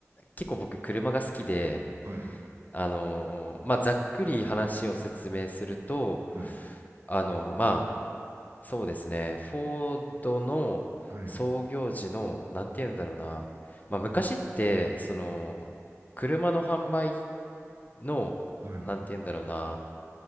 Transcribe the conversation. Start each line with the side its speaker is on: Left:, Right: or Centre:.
Left: 結構僕車が好きで、
Right: はい。
Left: あのーまあ、ざっくり話を説明すると、
Right: はい。
Left: あのーまあ、そうですね。フォードの創業時の、
Right: はい。
Left: なんて言うんだろうな。まあ、昔って、その、
Right: うん
Left: 車の販売の、
Right: はい。
Left: なんて言うんだろうな。